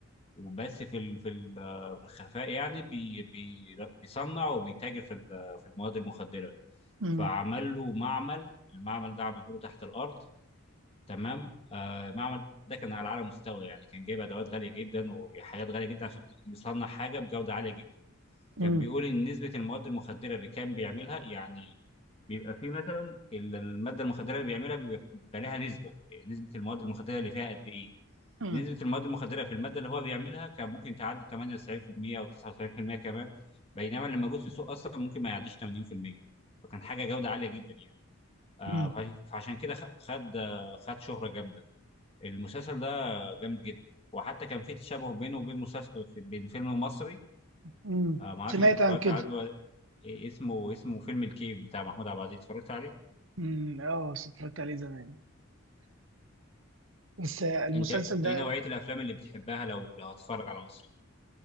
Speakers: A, on the left; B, on the right.
A: وبس في ال في ال آه، في الخفاء يعني بي بي بيصنع وبيتاجر في ال- في المواد المخدرة
B: امم
A: فعمل له معمل المعمل ده عمله له تحت الأرض تمام آه المعمل ده كان على أعلى مستوى يعني كان جايب أدوات غالية جدا وحاجات غالية جدا عشان يصنع حاجة بجودة عالية جدا كان
B: امم
A: بيقول ان نسبه المواد المخدره اللي كان بيعملها يعني بيبقى في مثلا ال- الماده المخدره اللي بيعملها بيبقى بيبقى لها نسبه نسبه المواد المخدره اللي فيها قد ايه
B: امم
A: نسبة المواد المخدرة في المادة اللي هو بيعملها كان ممكن تعدي 98% أو 99% كمان بينما اللي موجود في السوق أصلا ممكن ما يعديش 80% فكان حاجة جودة عالية جدا يعني آه
B: امم
A: فعش- فعشان كده خ- خد آه، خد شهرة جامدة المسلسل ده جامد جدا وحتى كان في تشابه بينه وبين مسلسل بين فيلم مصري
B: امم
A: آه ما اعرفش
B: سمعت
A: انت اتفرجت
B: عن كده
A: عنه ولا- إيه اسمه اسمه فيلم الكيف بتاع محمود عبد العزيز اتفرجت عليه
B: امم اه اتفرجت عليه زمان بس المسلسل
A: انت
B: ده
A: ايه نوعية الافلام اللي بتحبها لو لو هتتفرج على مصري